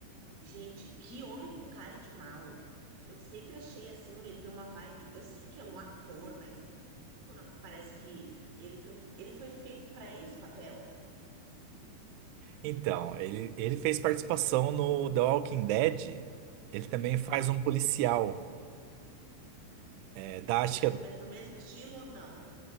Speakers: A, on the right (about 35°); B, on the right (about 80°).
A: Gente, que homem com cara de mal. Eu sempre achei assim, ele tem uma vibe. Eu sei que é um ator, mas quando parece que ele foi, ele foi feito para esse papel.
B: Então, ele, ele fez participação no The Walking Dead. Ele
A: Ah,
B: também faz um policial. É, da,
A: E
B: acho
A: mais
B: que é
A: ou menos no mesmo estilo ou não?